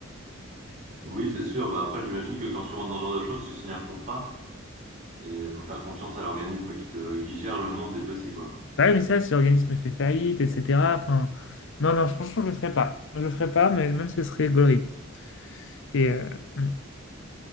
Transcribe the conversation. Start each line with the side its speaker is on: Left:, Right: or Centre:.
Right: Oui, c'est sûr. Bah après, j'imagine que quand tu rentres dans ce genre de choses, tu signes un contrat et euh, faut faire confiance à l'organisme qui te qui gère le monde des petits, quoi.
Left: Ouais, mais ça, si l'organisme fait faillite, etc. Enfin, non, non, franchement, je le ferai pas. Je le ferai pas, mais même ce serait gaulerie. Et, euh, mm,